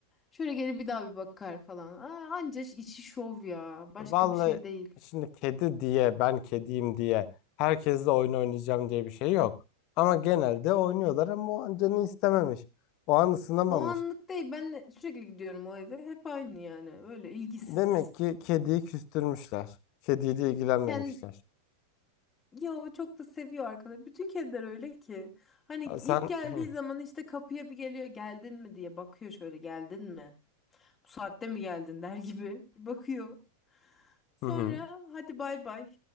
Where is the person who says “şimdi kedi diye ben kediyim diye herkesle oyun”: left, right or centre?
Left